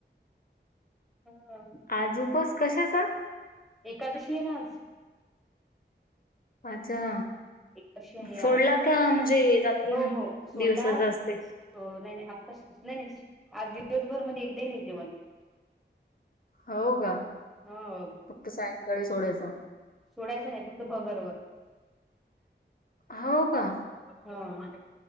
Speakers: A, in the centre; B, on the left (about 50°).
A: हा.
B: आज उपवास कशाचा?
A: एकादशी ये ना आज.
B: अच्छा
A: एकादशी आहे
B: फोडला
A: आज
B: का म्हणजे रात्री
A: हो सोडला
B: दिवसाचा
A: आज
B: असतेय.
A: हो नाही नाही आत्ता नाही नाही आज <unintelligible> दिवसभरमध्ये एकदा नाही जेवण.
B: हो ग.
A: हो.
B: फक्त सायंकाळी सोडायचा.
A: सोडायचं नाही फक्त भगरवर.
B: हो का.
A: हा.